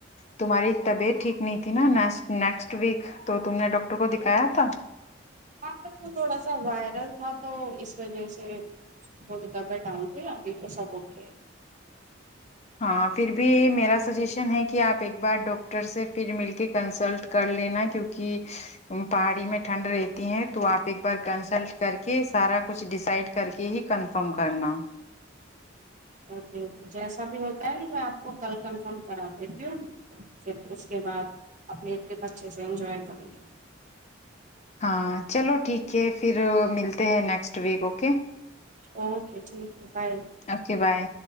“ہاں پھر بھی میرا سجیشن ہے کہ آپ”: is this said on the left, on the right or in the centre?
Left